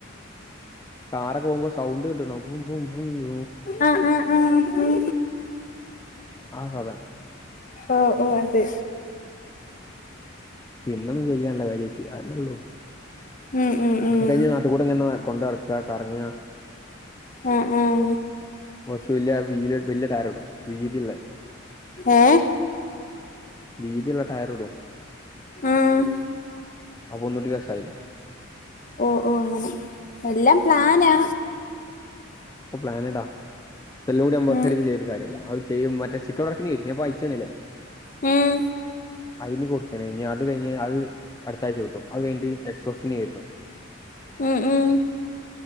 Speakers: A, on the left; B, on the left.
A: കാറൊക്കെ പോകുമ്പോ സൗണ്ട് കേട്ട്ണോ ബും ബും ബൂംന്ന്.
B: ആഹ് ആഹ് ആഹ് ഉം
A: ആ സാധനം
B: ഓഹ് ഓഹ് അത്.
A: പിന്നൊന്നും ചെയ്യാനില്ല കാര്യായിട്ട് അതന്നെ ഉള്ളൂ.
B: ഉം ഉം ഉം
A: അത് കഴിഞ്ഞ നാട്ടുകൂടെ ഇങ്ങനെ കൊണ്ട് നടക്ക കറങ്ങാ.
B: ആഹ് ആഹ്
A: കൊറച്ച് വല്യ വീല് വല്യ ടയറിടും വീതിള്ളേ.
B: ഏഹ്
A: വീതിയുള്ള ടയറിടും
B: ആഹ്
A: ഒന്നൂടി രസായില്ലേ?
B: ഓഹ് ഓഹ് അങ്ങനെ എല്ലാം പ്ലാനാ.
A: പ്പ പ്ലാനിടാം പക്ഷെ എല്ലം കൂടി നമ്മളൊറ്റടിക്ക്
B: ഉം
A: ചെയ്തിട്ട് കാര്യല്ല. അ ചെയ്യും. മറ്റെ സ്റ്റിക്കർ വർക്കിനെ ഞാൻ ഇപ്പ അയച്ചു തന്നില്ലേ?
B: ഉം.
A: അയിന് കൊടുത്തിനി ഇനി അത് കഴിഞ് അത് അടുത്ത ആഴ്ച കിട്ടും അത് കഴിഞ്ഞിട്ട് എക്സോസ്റ്റന് കേറ്റും.
B: ഉം ഉം